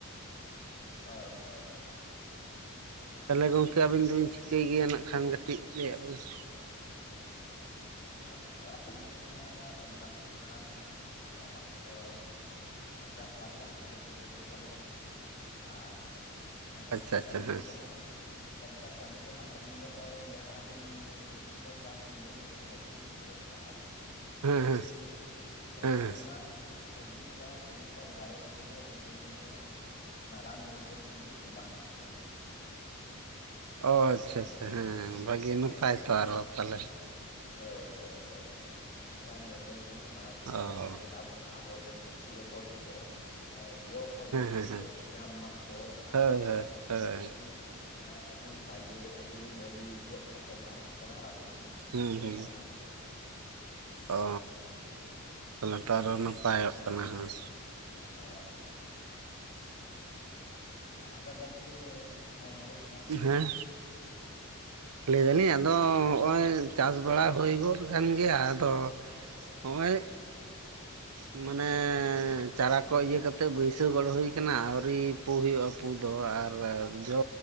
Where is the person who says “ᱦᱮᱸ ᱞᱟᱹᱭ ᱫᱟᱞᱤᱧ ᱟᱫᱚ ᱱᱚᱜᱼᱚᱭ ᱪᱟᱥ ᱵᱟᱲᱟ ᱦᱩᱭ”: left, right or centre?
Right